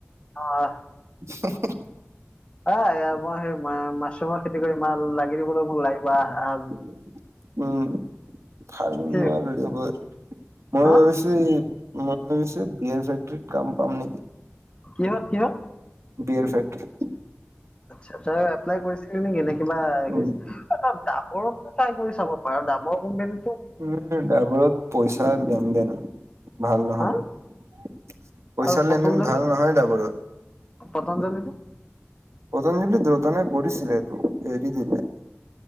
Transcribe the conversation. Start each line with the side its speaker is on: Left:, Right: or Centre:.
Left: অ
Right: <inaudible>
Left: আহ মই সেই মাছৰুমৰ খেতি কৰি মা লাগি দিবলৈ মোক লাগিব আহ আহা
Right: উম নোৱাৰো লগ ময়
Left: কি
Right: ভাবিছো মই ভ
Left: হা
Right: বিয়াৰ ফেক্টৰত কাম পাম নেকি
Left: কিহত কিহত
Right: বিিয়াৰ ফেক্ট্ৰি
Left: আচ্ছা ত এপ্লাই কৰিছিলি নেকি এনে কিবাাবৰত
Right: উম
Left: টাই কৰি চাব পাৰে দামৰ কোম্পানীতটো
Right: উম ড্ৰাইভাৰত পইচা লেনদেন ভাল নহয়
Left: হা
Right: পইচাৰ
Left: আৰু পতঞ্জলি
Right: লেনদেন ভাল নহয় ডাবৰত
Left: পতঞ্জলিটো
Right: পতঞ্জলি দ্ৰতনে কৰিছিল তটো এৰি দিলে